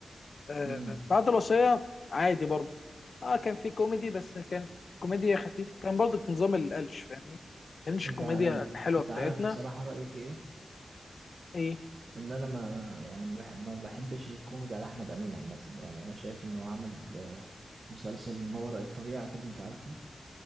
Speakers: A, on the left; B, on the right.
A: آه
B: امم
A: بعد الوصيه عادي برضه اه كان في كوميدي بس كان كوميديا خفيفه كان برضه نظام القلش فاهمني ما كانش
B: انت
A: الكوميديا
B: ع-
A: الحلوه
B: انت
A: بتاعتنا
B: عارف بصراحة رأيي في ايه
A: ايه
B: ان انا ما ما- يعني ما بح- ما بحبش الكوميدي على احمد امين عامة يعني انا شايف انه عمل آه، مسلسل ما وراء الطبيعة كده انت عارفه